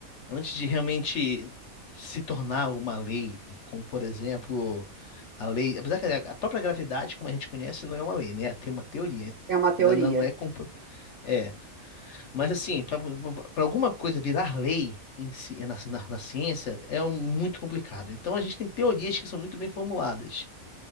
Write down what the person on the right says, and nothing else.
É uma teoria.